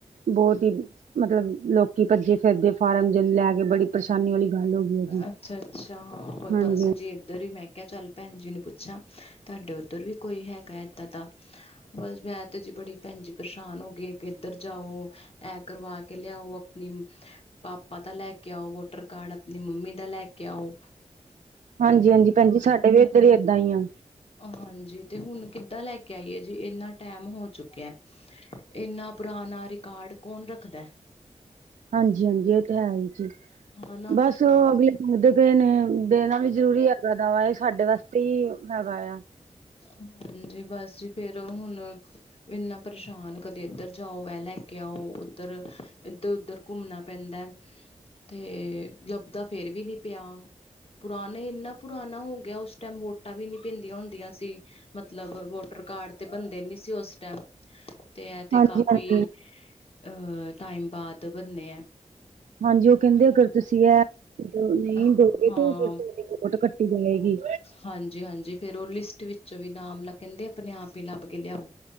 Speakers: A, on the right; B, on the left.
A: ਬੋਤ ਈ ਮਤਲਬ ਲੋਕੀ ਭੱਜੇ ਫਿਰਦੇ ਫਾਰਮ ਜਨ ਲੈ ਕੇ ਬੜੀ ਪਰੇਸ਼ਾਨੀ ਵਾਲੀ ਗੱਲ ਹੋ ਗਈ ਹੈ
B: ਐ।
A: ਜੀ।
B: ਅੱਛਾ-ਅੱਛਾ ਬ
A: ਹਾਂਜੀ,
B: ਬਸ ਜੀ ਇੱਧਰ ਈ ਮੈਂ ਕਿਆ ਚੱਲ ਭੈਣ ਜੀ ਨੂੰ ਪੁੱਛਾਂ ਤਾਡੇ ਔਧਰ ਵੀ ਕੋਈ ਹੈਗਾ ਏਦਾਂ ਦਾ। ਬਸ ਮੈਂ ਤੇ ਜੀ ਬੜੀ ਪੈਣਜੀ ਪਰੇਸ਼ਾਨ ਹੋ ਗਏ ਕਿ ਇੱਧਰ ਜਾਔ, ਐ ਕਰਵਾ ਕੇ ਲਿਆਔ ਆਪਣੀ ਪਾਪਾ ਦਾ ਲੈ ਕੇ ਆਔ ਵੋਟਰ ਕਾਰਡ ਨੀ ਮੰਮੀ ਦਾ ਲੈ ਕੇ ਆਔ
A: ਹਾਂਜੀ-ਹਾਂਜੀ ਭੈਣਜੀ ਸਾਡੇ ਵੀ ਇੱਧਰ ਏਦਾਂ ਈ ਆ
B: ਔਰ ਹਾਂਜੀ ਤੇ ਹੁਣ ਕਿੱਦਾਂ ਲੈ ਕੇ ਆਈਏ ਜੇ ਇੰਨਾ ਟੈਮ ਹੋ ਚੁੱਕਿਐ। ਇੰਨਾ ਪੁਰਾਣਾ ਰਿਕਾਰਡ ਕੌਣ ਰੱਖਦੈ।
A: ਹਾਂਜੀ-ਹਾਂਜੀ ਐ ਤੇ ਹੈ ਈ ਜੇ।
B: ਹਨਾ
A: ਬਸ ਔ ਅਗਲੇ ਮੁਦੇ ਪਏ ਨੇ ਦੇਣਾ ਵੀ ਜ਼ਰੂਰੀ ਹੈਗਾ ਦਾ ਵਾ ਏ ਸਾਡੇ ਵਾਸਤੇ ਈ ਹੈਗਾ ਏ ਆ
B: ਹਾਂਜੀ ਬਸ ਫੇਰ ਹੁਣ ਇੰਨਾ ਪਰੇਸ਼ਾਨ ਕਦੇ ਇੱਧਰ ਜਾਔ, ਐ ਲੈ ਕੇ ਆਔ ਔਧਰ, ਇੱਧਰ-ਔਧਰ ਘੁੰਮਣਾ ਪੈਂਦੈ ਤੇ ਲੱਭਦਾ ਫੇਰ ਵੀ ਨੀ ਪਿਆ ਪੁਰਾਣੇ ਇੰਨਾ ਪੁਰਾਣਾ ਹੋ ਗਿਆ ਉਸ ਟੈਮ ਵੋਟਾਂ ਵੀ ਨੀ ਪੇਂਦੀਆਂ ਹੁੰਦੀਆਂ ਸੀ ਮਤਲਬ ਵੋਟਰ ਕਾਰਡ ਤੇ ਬਣਦੇ ਨੀ ਸੀ ਔਸ ਟੈਮ ਤੇ ਐ ਤੇ
A: ਹਾਂਜੀ
B: ਕਾਫੀ
A: ਹਾਂਜੀ
B: ਅ ਟਾਈਮ ਬਾਦ ਬਨਨੇ ਐ
A: ਹਾਂਜੀ ਔ ਕੈਂਦੇ ਅਗਰ ਤੁਸੀ ਐ <unintelligible> ਨੀ
B: ਹਾਂ
A: ਦੋਗੇ ਤੇ ਫਿਰ ਤੁਹਾਡੀੋ ਵੋਟ ਕਟ ਟੀ ਜਾਏਗੀ।
B: ਹਾਂਜੀ-ਹਾਂਜੀ। ਫੇਰ ਔ ਲਿਸਟ ਵਿੱਚੋਂ ਵੀ ਨਾਮ ਲ ਕੈਂਦੇ ਆਪਣੇ ਆਪ ਈ ਲੱਭ ਕੇ ਲਿਆਔ